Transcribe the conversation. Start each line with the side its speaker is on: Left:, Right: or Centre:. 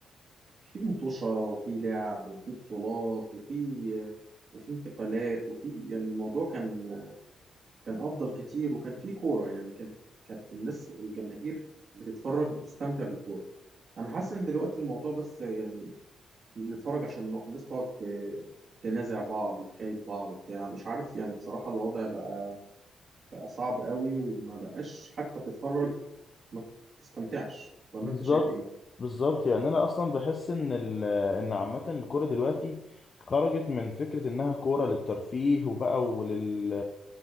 Right: في مطوشه وفي لعب وفي بطولات وفي وفي انتقالات وفي يعني الموضوع كان كان افضل كتير وكان في كوره يعني كانت كانت الناس الجماهير بتتفرج بتستمتع بالكوره انا حاسس ان دلوقتي الموضوع بس يعني بنتفرج عشان نق- الناس تقعد ت- تنازع بعض تكايد بعض بتاع مش عارف يعني بصراحة الوضع بقى بقى صعب قوي وما بقاش حتى بتتفرج ما بتستمتعش ولا
Left: بالظبط
Right: انت شايف ايه
Left: بالظبط يعني انا اصلا بحس ان ال- ان عامه الكوره دلوقتي خرجت من فكره انها كوره للترفيه وبقى ولل